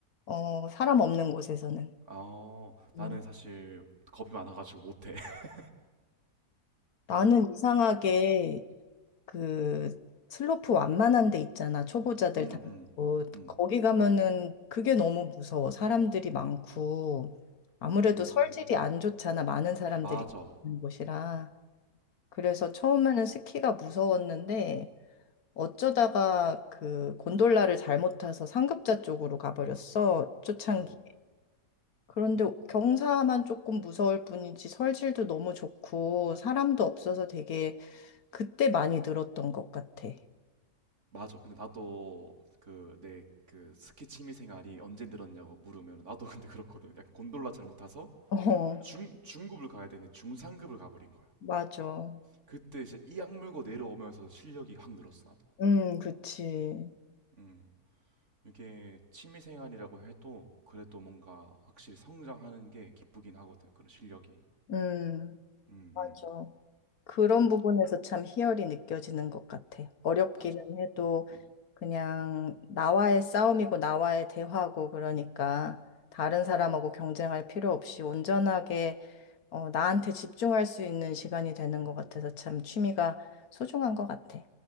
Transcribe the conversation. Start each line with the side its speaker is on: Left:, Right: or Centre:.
Left: 어, 사람 없는 곳에서는.
Right: 아, 나는
Left: 음.
Right: 사실 겁이 많아가지고 못해. <laughs>
Left: 나는 이상하게 그 슬로프 완만한 데 있잖아. 초보자들
Right: 음,
Left: 다.
Right: 음,
Left: 어,
Right: 음,
Left: 거기 가면은 그게 너무 무서워. 사람들이 많고 아무래도
Right: 음.
Left: 설질이 안 좋잖아. 많은 사람들이
Right: 맞아.
Left: 있는 곳이라. 그래서 처음에는 스키가 무서웠는데 어쩌다가 그 곤돌라를 잘못 타서 상급자 쪽으로 가버렸어. 초창기에.
Right: 아이고,
Left: 그런데 경사만 조금 무서울 뿐이지 설질도 너무 좋고 사람도 없어서 되게 그때 많이 늘었던 것 같아.
Right: 맞아. 근데 나도 그 내 그 스키 취미 생활이 언제 늘었냐고 물으면 나도 <laughs> 근데 그렇거든. 약간 곤돌라 잘못 타서
Left: 어.
Right: 중 중급을 가야 되는데 중상급을 가버린 거야.
Left: 맞아.
Right: 그때 이제 이악 물고 내려오면서 실력이 확 늘었어 나도.
Left: 음, 그치.
Right: 음. 이게 취미생활이라고 해도 그래도 뭔가 확실히 성장하는 게 기쁘긴 하거든. 그런 실력이.
Left: 음,
Right: 음, 음.
Left: 맞아. 그런 부분에서 참 희열이 느껴지는 것 같아. 어렵기는
Right: 맞아.
Left: 해도
Right: 음,
Left: 그냥 나와의 싸움이고 나와의 대화고 그러니까 다른 사람하고 경쟁할 필요 없이 온전하게 어, 나한테 집중할 수 있는 시간이 되는 것 같아서 참 취미가 소중한 것 같아.